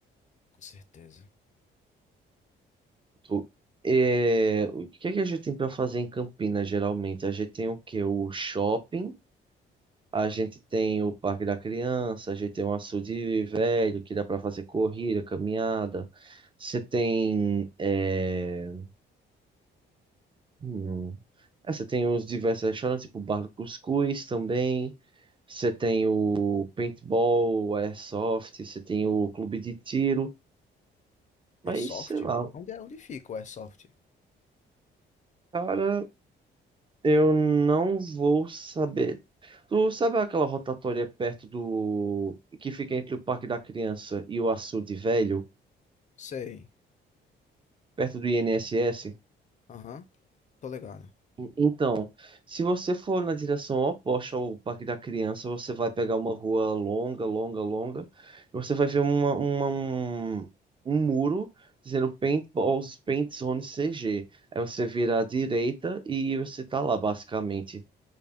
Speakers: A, on the left; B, on the right.
A: Com certeza.
B: Tu- é, o que é que a gente tem pra fazer em Campinas, geralmente? A gente tem o quê? O shopping, a gente tem o Parque da Criança, a gente tem um açude velho que dá pra fazer corrida, caminhada. Você tem. é, Hum. É, você tem os diversos restaurantes, tipo o Bar do Cuscuz também. Você tem o paintball, o airsoft, você tem o clube de tiro. Mas,
A: Airsoft?
B: sei lá,
A: Onde é? Onde fica o Airsoft?
B: cara, eu não vou saber. Tu sabe aquela rotatória perto do... que fica entre o Parque da Criança e o Açude Velho?
A: Sei.
B: Perto do INSS?
A: Aham, tô ligado.
B: Então, se você for na direção oposta ao Parque da Criança, você vai pegar uma rua longa, longa, longa, e você vai ver uma, uma- um, um muro dizendo Paintballs, Paint Zone CG. Aí você vira à direita e você tá lá, basicamente.